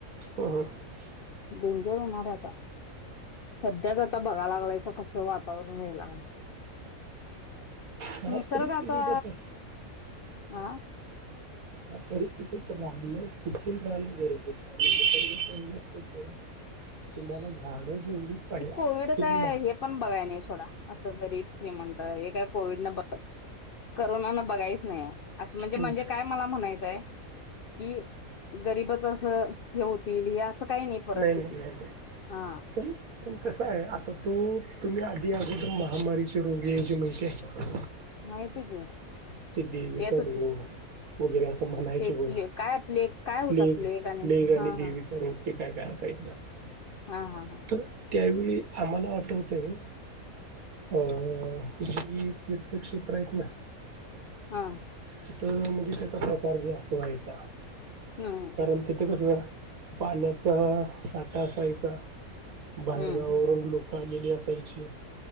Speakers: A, on the right; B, on the left.
A: हं, हं.
B: डेंजर होणार आहे आता. सध्याच आता बघा लागलायच कस वातावरण व्हाय लाग.
A: त्या
B: निसर्गाचा
A: परिस्थितीत आता
B: आ
A: त्या परिस्थितीत राहण टिकून राहणं गरजेचं आहे. तुम्हाला झाडं जेवढी पाहिजे
B: ते कोविड
A: असतील
B: काय
A: ना
B: हे पण बघाय नाही सोडा असं गरीब श्रीमंत हे काय कोविड न ब करोना न बघायच नाही आहे. असं
A: हं.
B: म्हणजे म्हणजे काय मला म्हणायचं की गरीबच अस हे होतील हे अस काही नाही. परिस्थिती
A: नाही नाही नाही नाही.
B: हा
A: पण कसा आहे आता तु तुम्ही आधी अगोदर महामारीचे रोगी यायचे माहितीय.
B: माहिती की.
A: ते देवीचा
B: येत होते
A: रोग. वगैरे असं म्हणायचे
B: ते
A: बघा
B: प्ले काय प्ले काय होता
A: प्लेग प्लेग आणि
B: हा
A: देवी
B: हा
A: चा रोग ते काय काय असायचं.
B: हा हा हा.
A: तर त्यावेळी आम्हाला आठवत आहे. अ जी तीर्थक्षेत्र आहेत ना
B: हा.
A: तिथं म्हणजे त्याचा प्रसार जास्त व्हायचा
B: हम्म
A: कारण तिथं कस पाण्याचा साठा असायचा बाहेरगावावरून
B: हम्म
A: लोक क आलेली असायची.